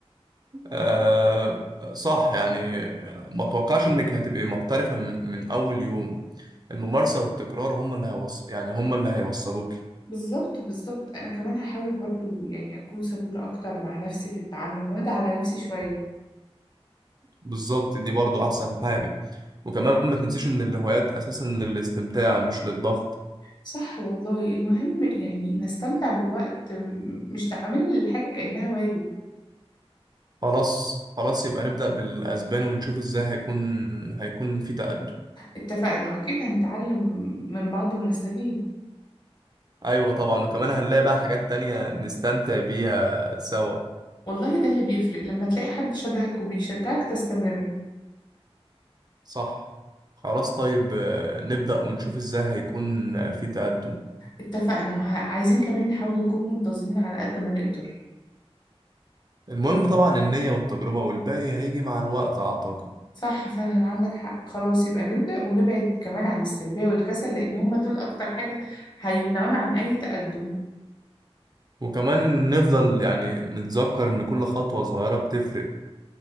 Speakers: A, on the right; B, on the left.
A: آه صح يعني آه، ما توقعش انك هتبقي محترفة من, من اول يوم الممارسة والتكرار هم اللي هيوص... يعني هم اللي هيوصلوك
B: بالظبط بالظبط أنا كمان هحاول برضو يعني أكون صبورة أكتر مع نفسي في التعلم وأدعى على نفسي شوية
A: بالظبط دي برضو احسن حاجة وكمان ما تنسيش ان الهوايات اساسا للاستمتاع مش للضغط
B: صح والله المهم يعني نستمتع بالوقت م- مش نعمل الحاجة كأنها واجب
A: خلاص خلاص يبقى نبدأ بالاسباني ونشوف ازاي هيكون هيكون في تقدم
B: اتفقنا واكيد هنتعلم من بعض ونستفيد
A: ايوه طبعا وكمان هنلاقي بقى حاجات تانية نستمتع بيها سوا
B: والله ده اللي بيفرق لما تلاقي حد شبهك وبيشجعك تستمر
A: صح خلاص طيب آه، نبدأ ونشوف ازاي هيكون آه، في تقدم
B: اتفقنا وعايزين كمان نحاول نكون منتظمين على قد ما نقدر
A: المهم طبعا النية والتجربة والباقي هيجي مع الوقت أعتقد
B: صح فعلا عندك حق خلاص يبقى نبدأ ونبعد كمان عن السلبية والكسل لأن هما دول أكتر حاجة هيمنعونا عن أي تقدم
A: وكمان نفضل يعني نتذكر إن كل خطوة صغيرة بتفرق